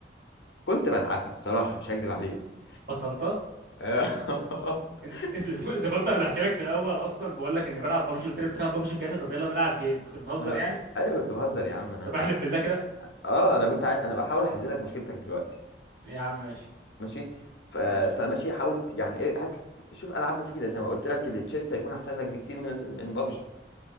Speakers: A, on the left; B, on the right.
A: كنت بلعبها بصراحه مش هكدب عليك
B: بطلتها
A: آه. <laughs>
B: إن- <laughs> اذا كنت انا بحكي لك في الاول اصلا بقول لك اني بلعب ببجي قلت لي بتلعب ببجي بجد طب يلا نلعب جيم كنت بتهزر
A: ما انا
B: يعني
A: ايوه كنت بهزر يا عم انا
B: طب احلف بالله كده
A: اه انا كنت ع... انا بحاول احل لك مشكلتك دلوقتي
B: يا عم ماشي
A: ماشي ف...
B: ماشي
A: فماشي حاول يعني إيه، هات شوف العاب مفيده زي ما قلت لك التشيس هيكون احسن لك بكتير من من بابجي